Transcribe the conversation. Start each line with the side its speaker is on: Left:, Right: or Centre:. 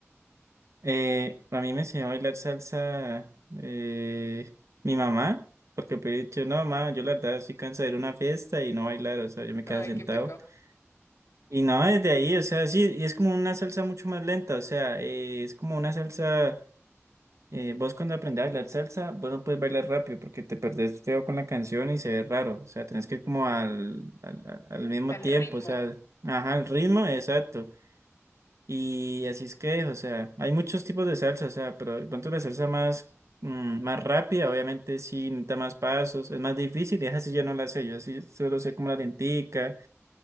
Right: Eh, a mí me enseñó a bailar salsa eh, mi mamá, porque me he dicho, no, mamá, yo la verdad estoy cansada de ir a una fiesta y no bailar, o sea, yo me
Left: Ay,
Right: quedaba sentado.
Left: qué pecado.
Right: Y no, desde ahí, o sea, sí, y es como una salsa mucho más lenta, o sea, eh, es como una salsa, eh, vos cuando aprendés a bailar salsa, vos no puedes bailar rápido porque te perdés feo con la canción y se ve raro, o sea, tenés que ir como al, al, al al mismo
Left: Al
Right: tiempo,
Left: ritmo.
Right: o sea, ajá, el ritmo, exacto. Y así es que, o sea, hay muchos tipos de salsa, o sea, pero de pronto la salsa más, mm, más rápida, obviamente sí necesita más pasos, es más difícil, y esa sí yo no la sé, yo sí solo sé como la lentica.